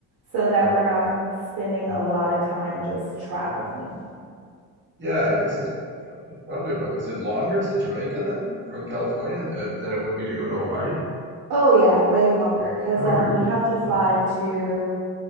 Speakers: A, on the right; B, on the right.
A: so that we're not spending a lot of time just traveling.
B: Yeah, I guess it's pro- it's probably about. Is it longer to Jamaica then from California uh, than it would be to go to Hawaii?
A: Oh yeah, way longer because
B: Oh,
A: um
B: really?
A: we have to fly
B: Huh.
A: to